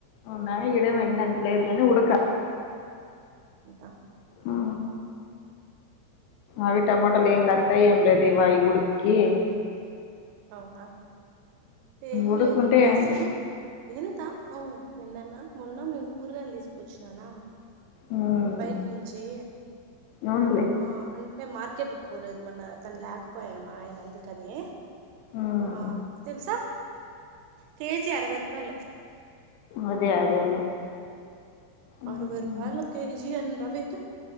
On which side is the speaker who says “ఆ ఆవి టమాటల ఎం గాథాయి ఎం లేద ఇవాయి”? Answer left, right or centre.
Left